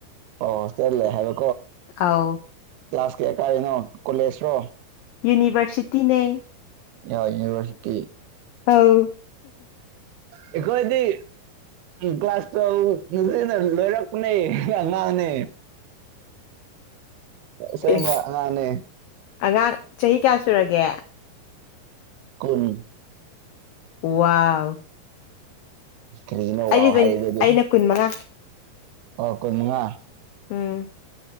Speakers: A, on the right; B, on the left.
A: ꯑꯣ ꯍꯣꯁꯇꯦꯜ ꯂꯩ ꯍꯥꯢꯕ
B: ꯑꯥꯎ
A: ꯀ꯭ꯂꯥꯁ ꯀꯥꯌꯥ ꯀꯥꯔꯤꯅꯣ ꯀꯣꯂꯦꯖꯔꯣ
B: ꯌꯨꯅꯤꯚꯔꯁꯤꯇꯤꯅꯦ
A: ꯌꯥ ꯌꯨꯅꯤꯚꯔꯁꯤꯇꯤ
B: ꯑꯧ
A: ꯑꯩꯈꯣꯏꯗꯤ ꯀ꯭ꯂꯥꯁ ꯇꯨꯌꯦꯞꯅ ꯂꯣꯏꯔꯛ ꯄꯥꯅꯦ ꯑꯉꯥꯡꯅꯦ ꯑꯁꯦꯡꯕ
B: ꯑꯦ
A: ꯑꯉꯥꯡꯅꯦ
B: ꯑꯉꯥꯡ ꯆꯍꯤ ꯀꯌꯥ ꯁꯨꯔꯒꯦ
A: ꯀꯨꯟ
B: ꯋꯥꯎ
A: ꯀꯔꯤꯅꯣ ꯋꯥꯎ
B: ꯑꯩꯗꯤ
A: ꯍꯥꯏꯔꯤꯗꯨꯗꯤ
B: ꯇꯣꯢꯟ ꯑꯩꯅ ꯀꯨꯟ ꯃꯉꯥ
A: ꯑꯣ ꯀꯨꯟꯃꯉꯥ
B: ꯎꯪ